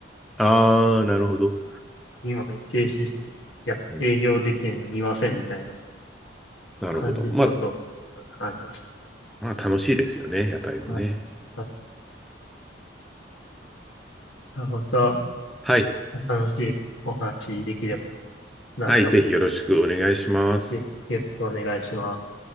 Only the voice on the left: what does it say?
今、停止して、いや、
営業できないの見ませんみたいな
感じることがありまし
た。はい。はい。じゃあまた
楽しいお話できればなって思いますので、
ぜひよろしくお願いします。